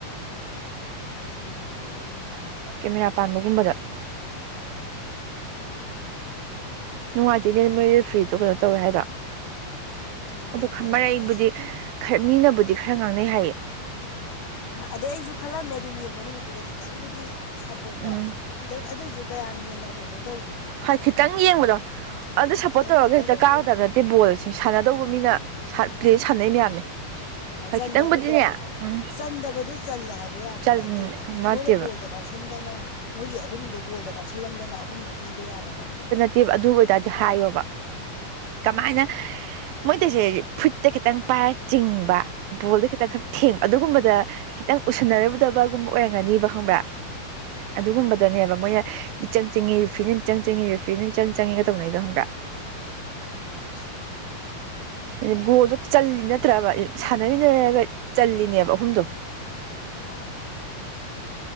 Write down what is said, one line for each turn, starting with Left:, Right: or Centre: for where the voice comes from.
Left: ꯀꯤ ꯃꯤꯔꯥ ꯄꯥꯟꯕꯒꯨꯝꯕ
Right: ꯀꯦꯃꯦꯔꯥ ꯄꯥꯟꯕꯒꯨꯝꯕꯗ ꯅꯨꯡꯉꯥꯏꯇꯦꯅꯦ ꯃꯣꯏꯔꯦ ꯐ꯭ꯔꯤꯗꯣ ꯀꯩꯅꯣ ꯇꯧꯋꯦ ꯍꯥꯏꯗꯣ
Left: ꯅꯨꯡꯉꯥꯏꯇꯦ
Right: ꯑꯣ ꯈ
Left: ꯑꯗꯨꯅꯦ
Right: ꯃꯔꯔ ꯑꯩꯕꯨꯗꯤ
Left: ꯍꯥꯏꯁꯦ
Right: ꯈꯔ ꯃꯤꯅꯕꯨꯗꯤ ꯈꯔ ꯉꯥꯡꯅꯩ ꯍꯥꯏꯌꯦ
Left: ꯑꯗꯩ ꯑꯩꯁꯨ ꯈꯜꯂꯝꯃꯦ ꯑꯗꯨꯝ ꯌꯦꯡꯕ ꯅꯨꯃꯤꯠꯇꯨꯗ ꯈꯤꯇꯪꯕꯨꯗꯤ ꯁꯞꯄꯣꯔꯠꯇꯣ
Right: ꯎꯝ
Left: ꯈꯤꯇꯪ ꯑꯗꯨꯑꯣꯏꯁꯨ ꯀꯌꯥꯝ ꯍꯦꯟꯅ ꯀꯩꯅꯣ ꯇꯧꯗꯣꯏꯅꯣ
Right: ꯍꯥꯏ ꯈꯤꯇꯪ ꯌꯦꯡꯕꯗꯣ
Left: ꯑꯥ
Right: ꯑꯗꯣ ꯁꯞꯄꯣꯔꯠ
Left: ꯈꯤꯇꯪꯕꯨꯗꯤ
Right: ꯇꯧꯔꯒ ꯍꯦꯛꯇ ꯀꯥꯒꯗꯕ ꯅꯠꯇꯦ ꯕꯣꯜ ꯑꯁꯤ ꯁꯥꯟꯅꯗꯧꯕ
Left: ꯃꯥꯅꯦ
Right: ꯃꯤꯅ ꯄ꯭ꯂꯦ ꯁꯥꯟꯅꯩ ꯃꯌꯥꯝꯅꯦ
Left: ꯃꯥ
Right: ꯍꯣꯏ
Left: ꯆꯟꯗꯕꯗꯣ
Right: ꯈꯤꯇꯪꯕꯨꯗꯤꯅꯦ ꯎꯝ
Left: ꯆꯟꯗꯕꯗꯣ ꯆꯜꯂꯦ ꯍꯥꯏꯕ ꯌꯥꯕ
Right: ꯆꯟ
Left: ꯅꯠꯇꯦꯕ
Right: ꯑꯃ
Left: ꯃꯣꯏꯅ
Right: ꯅꯠꯇꯦꯕ
Left: ꯒꯣꯜꯗ ꯀꯥꯎꯁꯟꯗꯅ ꯃꯣꯏꯒꯤ ꯑꯍꯨꯝꯗꯨꯣ ꯒꯣꯜꯗ ꯀꯥꯎꯁꯜꯂꯝꯗꯅ ꯑꯍꯨꯝꯗꯣ ꯄꯤꯕ ꯌꯥꯕ ꯅꯠꯇꯦꯕ
Right: ꯠꯇꯦꯕ ꯑꯗꯨ ꯑꯣꯏꯇꯥꯔꯗꯤ ꯍꯥꯏꯌꯣꯕ ꯀꯃꯥꯏꯅ ꯃꯣꯏꯗꯁꯦ ꯐꯨꯠꯇ ꯈꯤꯇꯪ ꯄꯥꯏꯔ ꯆꯤꯡꯕ ꯕꯣꯜꯗ ꯈꯤꯇꯪ ꯈꯪ ꯊꯦꯡ ꯑꯗꯨꯒꯨꯝꯕꯗ ꯈꯤꯇꯪ ꯎꯁꯤꯟꯅꯔꯨꯗꯕꯒꯨꯝꯕ ꯑꯣꯏꯔꯝꯒꯅꯤꯕ ꯈꯪꯕ꯭ꯔꯥ ꯑꯗꯨꯒꯨꯝꯕꯗꯅꯦꯕ ꯃꯣꯏꯅ ꯃꯤꯆꯪ ꯆꯤꯡꯉꯤ ꯐꯤ ꯆꯪ ꯆꯪꯉꯦꯔꯤ꯭ꯖ ꯅꯨꯃꯤꯆꯪꯉꯦ ꯇꯧꯅꯗꯣꯕ꯭ꯔꯥ
Left: ꯨꯅꯥ
Right: ꯑ ꯒꯣꯗꯣ ꯆ ꯅꯠꯇ꯭ꯔꯕ ꯁꯥꯟꯅꯃꯤꯟꯅꯔꯒ ꯆꯜꯂꯤꯅꯦꯕ ꯑꯍꯨꯝꯗꯣ
Left: ꯃꯥꯥꯡ